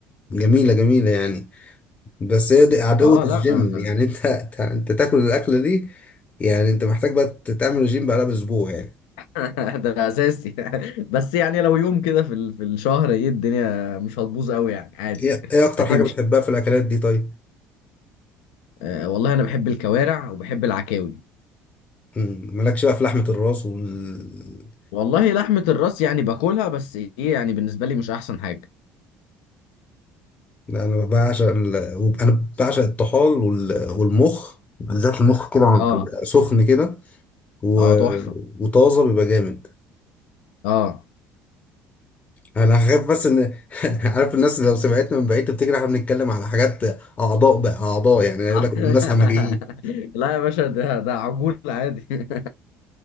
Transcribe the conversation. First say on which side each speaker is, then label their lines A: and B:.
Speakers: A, on the left; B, on the left.
A: جميلة جميلة يعني بس هي دي عدوة
B: <laughs> اه
A: الجيم
B: لا
A: يعني
B: <laughs>
A: انت انت أنت تاكل الاكلة دي يعني انت محتاج بقى تعمل رجيم بعدها باسبوع يعني
B: آه، ده اساسي <laughs> بس يعني لو يوم كده في ال- في الشهر ايه الدنيا مش هتبوظ قوي يعني عادي
A: ايه ايه اكتر
B: هتمشي
A: حاجة بتحبها في الاكلات دي طيب
B: آه والله انا بحب الكوارع وبحب العكاوي
A: مم، مالكش بقى في لحمة الراس وال
B: والله لحمة الراس يعني باكلها بس ايه يعني بالنسبة لي مش احسن حاجة
A: لا انا بعشق ال... وب- انا بعشق الطحال وال... والمخ بالذات المخ كده لما
B: اه
A: بيبقى سخن كده و...
B: اه تحفة
A: وطازة بيبقى جامد
B: اه
A: انا خايف بس ان <laughs> عارف الناس لو سمعتنا من بعيد تفتكر احنا بنتكلم على حاجات اعضاء بقى اعضاء يعني يقول
B: <laughs>
A: لك الناس همجيين
B: لا يا باشا ده ده عجول عادي <laughs>